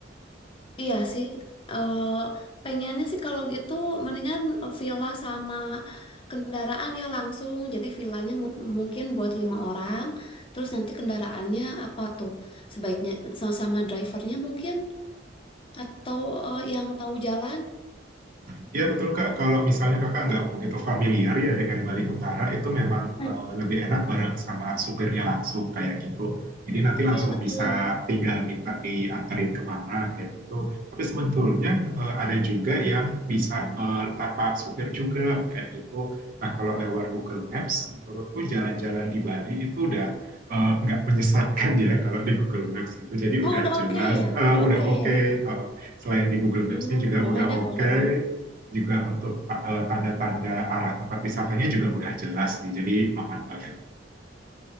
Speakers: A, on the left; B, on the right.
A: Iya sih. eh pengennya sih kalau gitu mendingan villa sama kendaraan ya langsung. Jadi villanya mu- mungkin buat lima orang. Terus nanti kendaraannya apa tuh? Sebaiknya sama drivernya mungkin. Atau eh, yang tahu jalan?
B: Ya betul Kak, kalau misalnya Kakak nggak begitu familiar ya dengan Bali Utara itu memang
A: Hmm.
B: eh, lebih enak bareng sama supirnya langsung kayak gitu. Jadi nanti langsung
A: Iya, betul.
B: bisa tinggal minta diantarin kemana kayak gitu. Tapi sebetulnya eh, ada juga yang bisa eh, tanpa supir juga kayak gitu. Nah kalau lewat Google Maps, menurutku jalan-jalan di Bali itu udah eh, nggak menyesatkan ya kalau di Google Maps itu. Jadi udah
A: Oh, udah
B: jelas,
A: oke ya?
B: eh,
A: Udah
B: udah
A: oke
B: oke.
A: ya?
B: eh, selain di Google Maps-nya
A: Oh,
B: juga
A: boleh
B: udah
A: deh,
B: oke
A: boleh, boleh.
B: juga untuk eh, tanda-tanda arah tempat wisatanya juga udah jelas nih, jadi aman banget.